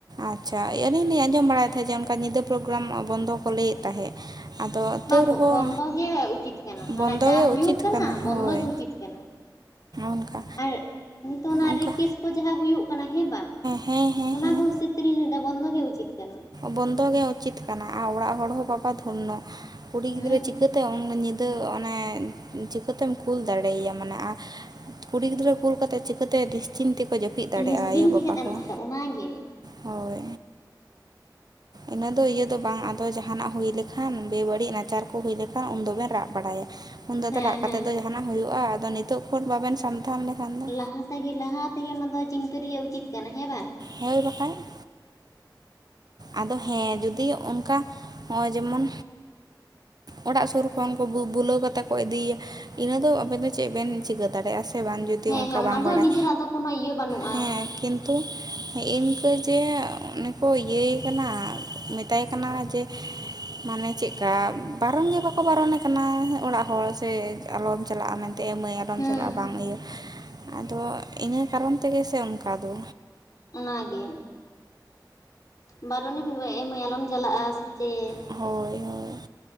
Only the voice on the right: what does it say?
ᱟᱪᱪᱷᱟ ᱟᱹᱞᱤᱧ ᱞᱤᱧ ᱟᱸᱡᱚᱢ ᱵᱟᱲᱟᱭᱮᱫ ᱛᱟᱦᱮᱸᱫ ᱡᱮ ᱚᱱᱠᱟ ᱧᱤᱫᱟᱹ ᱯᱨᱳᱜᱨᱟᱢ ᱵᱚᱱᱫᱚ ᱠᱚ ᱞᱟᱹᱭᱮᱫ ᱛᱟᱦᱮᱸᱫ᱾ ᱟᱫᱚ
ᱛᱟᱹᱣ ᱨᱮᱦᱚᱸ
ᱵᱚᱱᱫᱚ
ᱜᱮ
ᱩᱪᱤᱛ
ᱦᱳᱭ
ᱚᱱᱠᱟ
ᱚᱱᱠᱟ
ᱦᱮᱸ ᱦᱮᱸ
ᱦᱮᱸ
ᱵᱚᱱᱫᱚ ᱜᱮ ᱩᱪᱤᱛ ᱠᱟᱱᱟ᱾ ᱟᱨ ᱚᱲᱟᱜ ᱦᱚᱲ ᱦᱚᱸ ᱵᱟᱵᱟ ᱫᱽᱷᱚᱱᱱᱚ ᱠᱩᱲᱤ ᱜᱤᱫᱽᱨᱟᱹ
ᱪᱤᱠᱟᱹᱛᱮ ᱩᱱ ᱧᱤᱫᱟᱹ ᱛᱟᱹ ᱚᱱᱮ ᱪᱤᱠᱟᱹᱛᱮᱢ ᱠᱩᱞ ᱫᱟᱲᱮᱭᱟᱭ-ᱟ᱾ ᱢᱟᱱᱮ ᱠᱩᱲᱤ ᱜᱤᱫᱽᱨᱟᱹ ᱠᱩᱞ ᱠᱟᱛᱮᱜ ᱪᱤᱠᱟᱹᱛᱮ, ᱱᱤᱥᱪᱤᱱ ᱛᱮ ᱠᱚ ᱡᱟᱹᱯᱤᱫ ᱫᱟᱲᱮᱭᱟᱜᱼᱟ᱾
ᱟᱭᱳᱼᱵᱟᱵᱟ
ᱦᱚᱸ
ᱦᱳᱭ ᱤᱱᱟᱹ ᱫᱚ ᱤᱭᱟᱹ ᱫᱚ ᱵᱟᱝ, ᱟᱫᱚ ᱡᱟᱦᱟᱱᱟᱼᱜ ᱦᱩᱭ ᱞᱮᱠᱷᱟᱱ ᱵᱮᱼᱵᱟᱹᱲᱤᱡ ᱱᱟᱪᱟᱨ ᱠᱚ ᱦᱩᱭ ᱞᱮᱠᱷᱟᱱ, ᱩᱱ ᱫᱚᱵᱮᱱ ᱨᱟᱜ ᱵᱟᱲᱟᱭ-ᱟ᱾ ᱩᱱ ᱫᱚ ᱟᱫᱟ
ᱨᱟᱜ
ᱠᱟᱛᱮᱫ ᱫᱚ ᱡᱟᱦᱟᱱᱟᱜ ᱦᱩᱭᱩᱜᱼᱟ᱾ ᱟᱫᱚ ᱱᱤᱛᱚᱜ ᱠᱷᱚᱱ ᱵᱟᱵᱮᱱ ᱥᱟᱵᱫᱷᱟᱱ ᱞᱮᱠᱷᱟᱱ ᱫᱚ᱾
ᱦᱮᱸ ᱵᱟᱠᱷᱽᱟᱡ ᱾ ᱟᱫᱚ ᱦᱮᱸ ᱡᱩᱫᱤ ᱚᱱᱠᱟ, ᱦᱚᱸᱜᱼᱚᱭ ᱡᱮᱢᱚᱱ ᱚᱲᱟᱜ ᱥᱩᱨ ᱠᱷᱚᱱ ᱠᱚ ᱵᱩᱞᱟᱹᱣ ᱠᱟᱛᱮ ᱠᱚ ᱤᱫᱤᱭᱮᱭ-ᱟ᱾ ᱤᱱᱟᱹ ᱫᱚ ᱟᱵᱮᱱ ᱫᱚ, ᱪᱮᱫ ᱵᱮᱱ ᱪᱤᱠᱟᱹ ᱫᱟᱲᱮᱭᱟ-ᱟ ᱥᱮ? ᱥᱮ ᱵᱟᱝ ᱡᱩᱫᱤ
ᱚᱱᱠᱟ
ᱵᱟᱝ
ᱵᱟᱲᱟᱭ
ᱦᱮᱸ ᱠᱤᱱᱛᱩ ᱛᱚ ᱦᱮᱸ ᱤᱱᱠᱟᱹ ᱡᱮ ᱚᱱᱮᱠᱚ ᱤᱭᱟᱹᱭ ᱠᱟᱱᱟ᱾ ᱢᱮᱛᱟᱭ ᱠᱟᱱᱟ ᱡᱮ ᱢᱟᱱᱮ ᱪᱮᱫᱠᱟ, ᱵᱟᱨᱚᱱ ᱜᱮ ᱵᱟᱠᱚ ᱵᱟᱨᱚᱱᱮ ᱠᱟᱱᱟ ᱾ ᱚᱲᱟᱜ ᱦᱚᱲ ᱥᱮ ᱟᱞᱚᱢ ᱪᱟᱞᱟᱜᱼᱟ ᱢᱮᱱᱛᱮ᱾ ᱛᱮ ᱮᱸ ᱢᱟᱹᱭ ᱟᱞᱚᱢ
ᱪᱟᱞᱟᱜᱼᱟ᱾ ᱵᱟᱝ ᱤᱭᱟᱹ ᱟᱫᱚ ᱤᱱᱟᱹ ᱠᱟᱨᱚᱱ ᱛᱮᱜᱮ ᱥᱮ ᱚᱱᱠᱟᱫᱚ᱾
ᱦᱳᱭ ᱦᱳᱭ